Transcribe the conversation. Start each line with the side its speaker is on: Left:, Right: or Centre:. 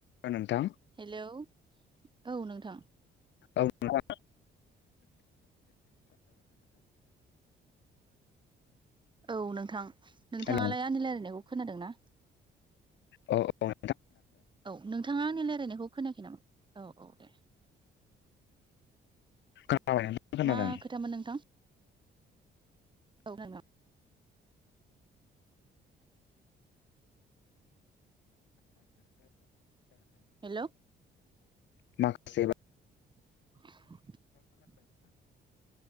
Left: औ नोंथां
Right: हेलौ औ नोंथां
Left: औ नोंथां।
Right: औ नोंथां नोंथाङालाय
Left: हेल'
Right: आंनि रायलायनायखौ खोनादों ना?
Left: औ औ
Right: औ नोंथाङा आंनि रायलायनायखौ खोनाखै नामा औ औ दे।
Left: खोनादों खोनाबाय
Right: मा
Left: नोंथां
Right: खोथामोन नोंथां औ नोंथां हेलौ
Left: माखासे बाथ्रा
Right: उहम